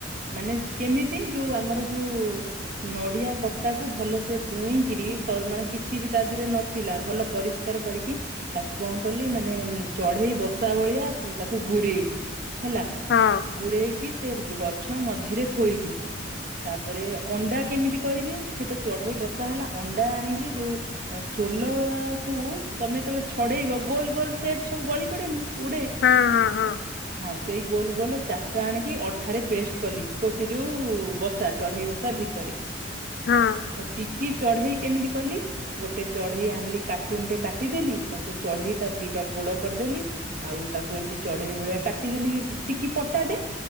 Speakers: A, on the right (about 50°); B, on the left (about 65°).
A: ମାନେ କେମିତି ଯୋଉ ଆମର ଯୋଉ ନଡିଆ କତା କୁ ଭଲ ସେ ଦୁଇଁକିରି ମାନେ କିଛି ବି ତା ଦେହରେ ନଥିଲା ଭଲ ପରିଷ୍କାର କରିକି ତାକୁ କଣ କଲି ମାନେ ଚଢେଇ ବସା ଭଳିଆ ତାକୁ ଗୁରେଇଲି ହେଲା
B: ହଁ
A: ଗୁରେଇକି ସେ ଗଛ ମଝିରେ ଥୋଇଲି ତାପରେ ଅଣ୍ଡା କେମିତି କରିବି ସେିଏ ତ ଚଢେଇ ବସା ହେଲା ଅଣ୍ଡା ଆଣିଲି ଯୋଉ ସୋଲ କୁ ତମେ ଯେତେବେଳେ ଛଡେଇବ ଗୋଲ ଗୋଲ ସେପ ସବୁ ଗଳି ପଡେନି ଉଡେ
B: ହଁ ହଁ
A: ହଁ। ସେଇ ଗୋଲ ଗୋଲ ଚାରିଟା ଆଣିକି ଅଠାରେ ପେଷ୍ଟ କଲି ସେ ଯୋଉ ବସା ଚଢ଼େଇ ବସା ଭିତରେ।
B: ହଁ ହଁ
A: ତ ଟିକି ଚଢେଇ କେମିତି କଲି? ଗୋଟେ ଚଢେଇ ଆଣିଲି କାର୍ଟୁନ ଟେ କାଟିଦେଲି ତାକୁ ଚଢେଇ ତାର ଦିଟା ଗୋଡ କରିଦେଲି। ଆଉ ତାକୁ ଏମିତି ଚଢେଇ ଭଳିଆ କାଟିଦେଲି କି ଟିକି ପଟା ଟେ